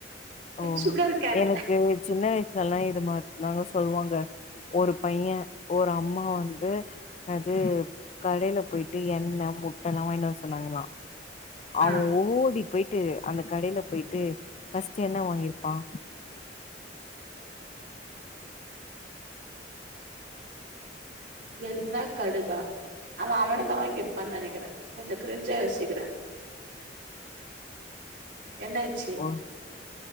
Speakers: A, on the left; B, on the right.
A: ஓ
B: சுகர் கேன்
A: எனக்கு சின்ன வயசு லல இதெல்லாம் இது மாட்னாங்க சொல்லுவாங்க ஒரு பையன் ஒரு அம்மா வந்து அது கடையில போயிட்டு எண்ணெய் முட்டை எல்லாம் வாய்ன்ட்டு வர சொன்னாங்களாம் அவன்
B: ஆ
A: ஓடி பெய் ட்டு அந்த கடையில போயிட்டு ஃபஸ்ட்டு என்ன வாங்கிருப்பான்
B: என்ன கடுக்கா அவன் அவன தான் வாங்கிருப்பான்னு நெனைக்கிறேன் கொஞ்சம் கிரிஞ்சா யோசிக்கிறேன் என்னாய்ச்சு
A: ஒ